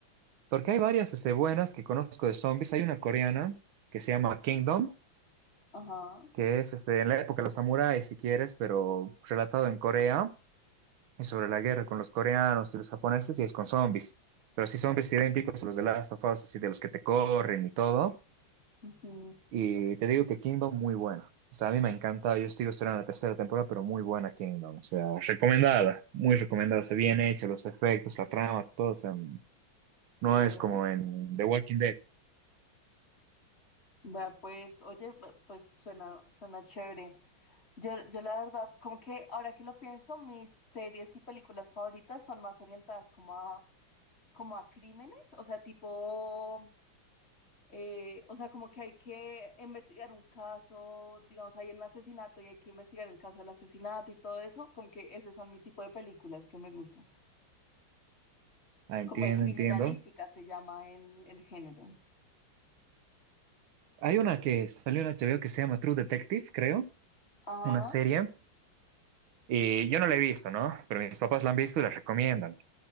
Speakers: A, on the right (about 80°); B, on the left (about 30°).
A: Porque hay varias este, buenas que conozco de zombies. Hay una coreana que se llama Kingdom,
B: Ajá.
A: que es este, en la época de los samuráis, si quieres, pero relatado en Corea, y sobre
B: Ok.
A: la guerra con los coreanos y los japoneses, y es con zombies. Pero sí zombies idénticos a los de Last of Us, así de los que te corren y todo.
B: Ujú.
A: Y te digo que Kingdom muy buena. O sea, a mí me encanta, yo sigo esperando la tercera temporada, pero muy buena Kingdom. O sea, recomendada, muy recomendada. O sea, bien hecha, los efectos, la trama, todo. O sea, No
B: Mm,
A: es como en The Walking Dead.
B: vea, pues, oye, ve- pues suena, suena chévere. Yo, yo la verdad, como que ahora que lo pienso, mis series y películas favoritas son más orientadas como a, como a crímenes, o sea, tipo, eh, o sea, como que hay que investigar un caso, digamos, hay un asesinato y hay que investigar el caso del asesinato y todo eso, como que ese son mi tipo de películas que me gustan.
A: Ah, entiendo,
B: Como de criminalística
A: entiendo.
B: se llama el, el género.
A: Hay una que salió en HBO que se llama True Detective, creo,
B: Ajá.
A: una serie. Y yo no la he visto, ¿no? Pero mis papás la han visto y la recomiendan.